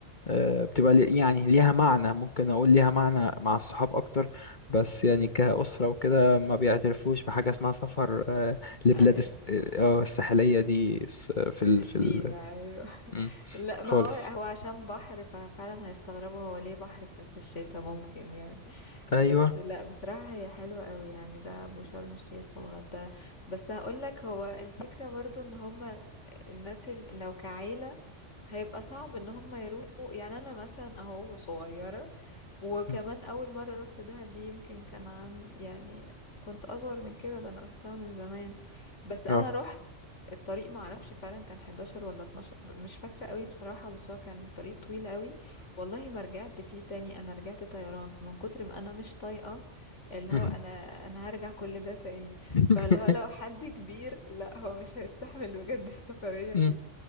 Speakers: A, on the left (about 40°); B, on the left (about 75°).
A: آه، بتبقى لي- يعني ليها معنى ممكن اقول ليها معنى مع الصحاب اكتر بس يعني كأسرة وكده ما بيعترفوش بحاجة اسمها سفر آه، لبلاد
B: ايوه
A: الس- آه، آه، الساحلية دي س- في ال
B: سينا
A: في ال
B: أيوه.
A: مم.
B: لا ما
A: خالص
B: هو هو عشان بحر ففعلا هيستغربوا هو ليه بحر في, في الشتاء ممكن يعني بس
A: ايوه
B: لا بصراحة هي حلوة قوي يعني ده أبو شرم الشيخ والغردقة بس هقول لك هو الفكرة برضو ان هما الناس ال- لو كعيلة هيبقى صعب ان هما يروحوا يعني انا مثلا اهو صغيرة وكمان
A: مم.
B: اول مرة روحت دهب دي يمكن كان عن يعني كنت اصغر من كده ده انا روحتها من زمان بس انا
A: اه
B: روحت الطريق ما اعرفش فعلا كان 11 ولا 12 ب- مش فاكره قوي بصراحه بس هو كان طريق طويل قوي والله ما رجعت فيه تاني انا رجعت طيران من كتر ما انا مش طايقه اللي هو
A: مم.
B: انا انا هرجع كل ده تاني
A: <laughs>
B: فاللي هو لو حد كبير لا هو مش هيستحمل بجد السفريه
A: مم.
B: دي